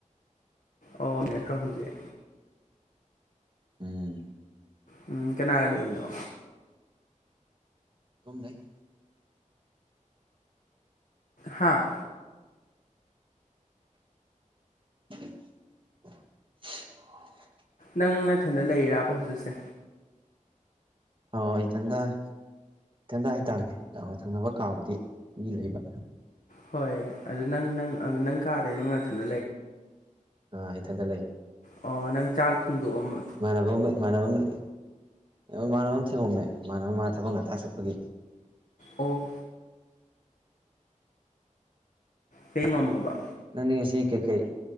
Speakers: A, on the left; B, on the right.
A: ꯑꯣ ꯅꯦꯠꯇ꯭ꯔꯥ ꯍꯜꯖꯤꯦ
B: ꯎꯝ
A: ꯎꯝ ꯀꯅꯥꯒ ꯂꯩꯔꯤꯅꯣ
B: ꯀꯣꯝ ꯂꯩ
A: ꯍꯥꯥ
B: <unintelligible>
A: ꯅꯪ ꯅꯊꯟꯗ ꯂꯩꯔꯕ ꯍꯧꯖꯤꯛꯁꯦ
B: ꯑ ꯏꯊꯟꯗ ꯏꯊꯟꯗ ꯍꯥꯏꯇꯥꯔꯗꯤꯥꯛ ꯊꯪꯅꯕ ꯀꯥꯕꯨꯗꯤ ꯃꯤ ꯂꯩꯕ
A: ꯍꯣꯏ ꯑꯗꯨ ꯅꯪ ꯅꯪ ꯀꯥꯗꯩ ꯅꯪ ꯅꯥꯊꯟꯗ ꯂꯩ
B: ꯑꯥ ꯏꯊꯟꯇ ꯂꯩ
A: ꯑꯣ ꯅꯪ ꯆꯥꯛ ꯊꯣꯡꯗꯣꯛꯑꯃ
B: ꯏꯃꯥꯟꯅꯕ ꯑꯃ ꯏꯃꯥꯟꯅꯕ ꯑꯃ ꯏꯃꯥꯟꯅꯕ ꯑꯃ ꯊꯦꯡꯉꯝꯃꯦ ꯏꯃꯥꯟꯅꯕ ꯃꯥꯅ ꯊꯕꯛ ꯉꯥꯛꯇꯥꯛ ꯆꯠꯄꯒꯤ
A: ꯑꯣ ꯄꯦꯡꯉꯣꯝꯕꯕ
B: ꯅꯪꯗꯤ ꯉꯁꯤ ꯀꯩꯀꯩ